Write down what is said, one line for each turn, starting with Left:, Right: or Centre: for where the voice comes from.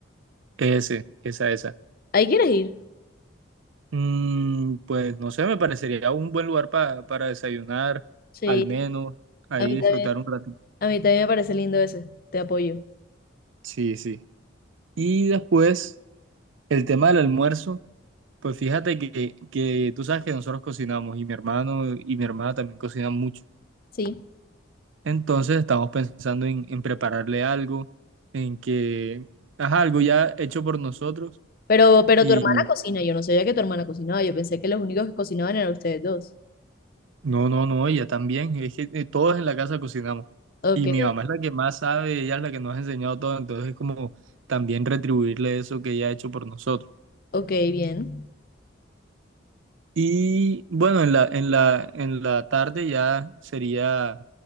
Right: Ese, esa, esa.
Left: ¿Ahí quieres ir?
Right: Mm, pues no sé, me parecería un buen lugar pa- para desayunar,
Left: Sí.
Right: al menos, ahí
Left: A mí
Right: disfrutar
Left: también,
Right: un ratito.
Left: a mí también me parece lindo ese. Te apoyo.
Right: Sí, sí. Y después, el tema del almuerzo. Pues fíjate que, que tú sabes que nosotros cocinamos y mi hermano y mi hermana también cocinan mucho.
Left: Sí.
Right: Entonces estamos pensando en, en prepararle algo, en que haga algo ya hecho por nosotros.
Left: Pero, pero
Right: Y
Left: tu hermana cocina, yo no sabía que tu hermana cocinaba, yo pensé que los únicos que cocinaban eran ustedes dos.
Right: no, no, no, ella también. Es que eh, todos en la casa cocinamos.
Left: Ok,
Right: Y mi mamá es la que más sabe, ella es la que nos ha enseñado todo. Entonces es como también retribuirle eso que ella ha hecho por nosotros.
Left: ok, bien.
Right: Y bueno, en la, en la, en la tarde ya sería